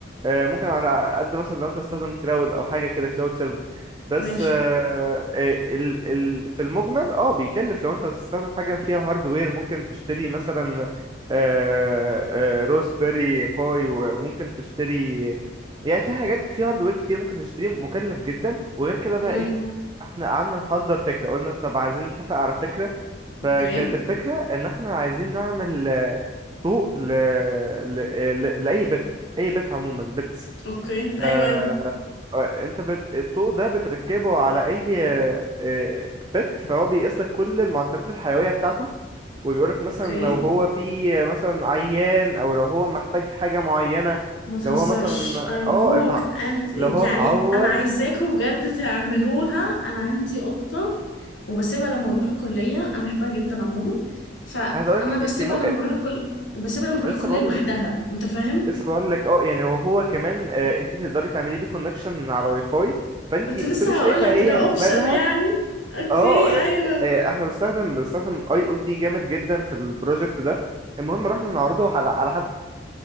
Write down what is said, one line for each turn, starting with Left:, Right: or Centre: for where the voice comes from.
Right: آه، ممكن على قد مثلا لو انت تستخدم كلاود او حاجه كده كلاود سيرفيس بس
Left: ماشي
Right: آه، آه، ال ال في المجمل اه بيكلف لو انت هتستخدم حاجه فيها هاردوير ممكن تشتري مثلا آه، آه، روزبيري باي وممكن تشتري يعني في حاجات في هاردوير كتير ممكن تشتريه مكلف جدا وغير كده بقى
Left: امم
Right: ايه احنا قعدنا نحضر فكرة قلنا طب عايزين نتفق على فكرة فكانت
Left: اوكي
Right: الفكرة ان احنا عايزين نعمل آه، طوق ل... ل... ل... لأي بت اي بت عموما بتس
Left: اوكي
Right: ف
Left: ايوه
Right: آه،
Left: ايوه
Right: انت بت... الطوق ده بتركبه على اي آه، آه، بت فهو بيقيس لك كل المعدلات الحيوية بتاعته وبيقولك مثلا
Left: اوكي
Right: لو هو فيه مثلا عيان او لو هو محتاج حاجة معينة
Left: ما تهزرش
Right: لو هو مثلا
Left: ارجوك
Right: اه اتع...
Left: انت يعني
Right: لو هو اتعور
Left: انا عايزاكم بجد تعملوها انا عندي قطه وبسيبها لما بروح الكلية أنا بحبها جدا عموما فأنا
Right: عايز اقولك
Left: بسيبها
Right: انت م...
Left: لما بروح الكل بسيبها لما بروح
Right: لسه
Left: الكلية
Right: بقول
Left: لوحدها
Right: لك
Left: أنت فاهم؟
Right: لسه بقول لك اه يعني وهو كمان آه انت تقدري تعملي بيه كونكشن من على واي فاي فانت
Left: كنت
Right: بتبقي
Left: لسه
Right: شايفه
Left: هقول لك
Right: هي
Left: ده
Right: مالها
Left: أوبشن يعني أوكي
Right: اه لا،
Left: أيوه
Right: آه، احنا بنستخدم بنستخدم اي او تي جامد جدا في البروجكت ده المهم رحنا نعرضه على على حد